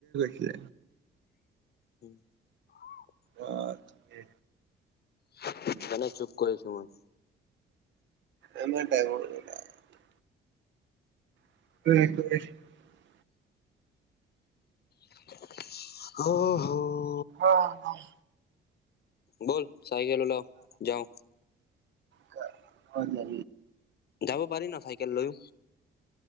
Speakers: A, on the right (about 70°); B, on the left (about 55°).
A: কি।
B: উম, <unintelligible>
A: অহ, ঠিকে।
B: <unintelligible> ইমানে চুপ কৰিছোঁ মই।
A: আমাৰ দামোৰি নাই। <unintelligible>
B: <unintelligible> অহ', হ।
A: অহ, নাই।
B: ব'ল চাইকেল ওলাওঁ যাওঁ।
A: কা <unintelligible>
B: যাব পাৰি ন, চাইকেল লৈয়ো।